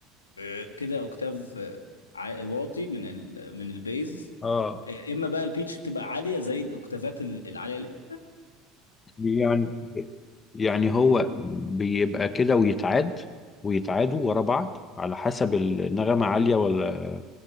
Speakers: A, on the left; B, on the left.
A: آه، كده اوكتاف آه، عا- واطي من ال من البيز
B: اه
A: يا اما بقى البيتش بتبقى عاليه زي الاوكتافات ال- العاليه اللي-
B: يعني يعني هو بيبقى كده ويتعاد ويتعادوا ورا بعض على حسب النغمه عاليه ولا